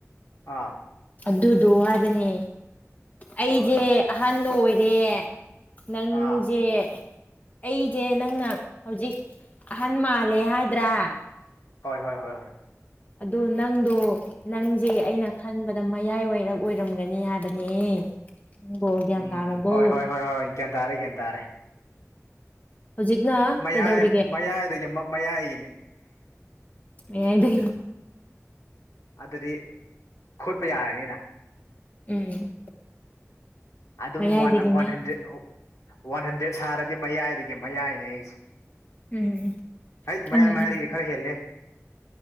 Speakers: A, on the left; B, on the left.
A: ꯑꯥ
B: ꯑꯗꯨꯗꯣ ꯍꯥꯏꯕꯅꯦ ꯑꯩꯁꯦ
A: ꯑꯣ ꯑꯠꯆꯥ ꯑꯠꯆꯥ ꯑꯠꯆꯥ
B: ꯑꯍꯟ ꯑꯣꯏ ꯑꯦ ꯅꯪꯖꯦ
A: ꯑꯥ
B: ꯑꯩ ꯁꯦ ꯅꯪꯅ ꯍꯧꯖꯤꯛ ꯑꯍꯟ ꯃꯥꯜꯂꯦ ꯍꯥꯏꯗ꯭ꯔꯥ
A: ꯍꯣꯏ ꯍꯣꯏ ꯍꯣꯏ ꯍꯣꯏ
B: ꯑꯗ ꯅꯪꯗꯣ ꯅꯪꯁꯦ ꯑꯩꯅ ꯈꯟꯕꯗ ꯃꯌꯥꯏ ꯑꯣꯏꯏꯔ ꯑꯣꯏꯔꯝꯒꯅꯤ ꯍꯥꯏꯕꯅꯦ ꯅꯪꯕꯣ ꯒ꯭ꯌꯥꯟ
A: ꯎꯝ
B: ꯇꯥꯔꯕꯣ
A: ꯍꯣꯏ ꯍꯣꯏ ꯍꯣꯏ ꯍꯣꯏ ꯒ꯭ꯌꯥꯟ ꯇꯥꯔꯦ ꯒ꯭ꯌꯥꯟ ꯇꯥꯔꯦ
B: ꯍꯧꯖꯤꯛꯅ
A: ꯃꯌꯥꯏ
B: ꯀꯩꯗꯧꯔꯤꯒꯦ
A: ꯃꯌꯥꯏꯗꯒꯤ ꯃꯌꯥꯏꯒꯤꯅꯤ
B: ꯃꯗ
A: ꯑꯗꯨꯗꯤ ꯈꯣꯠꯄ ꯌꯥꯔꯅꯤꯅ
B: ꯎꯝ
A: ꯑꯗꯨꯝ
B: ꯃꯌꯥꯏꯗꯒꯤ
A: ꯋꯥ ꯋꯥꯟ
B: ꯃꯌꯥ
A: ꯍꯟꯗ꯭ꯔꯦ ꯋꯥꯟ ꯍꯟꯗ꯭ꯔꯦ ꯁꯥꯔꯦ ꯑꯗꯨꯗꯤ ꯃꯌꯥꯏꯗꯒꯤ ꯃꯌꯥꯏꯅꯦ ꯑꯩꯁꯦ
B: ꯎꯝ
A: ꯍ
B: ꯈꯪꯉꯦ
A: ꯃꯌꯥꯏ ꯃꯌꯥꯏꯗꯒꯤꯗꯤ
B: ꯈꯪꯉꯦ
A: ꯈꯔ ꯍꯦꯜꯂꯦ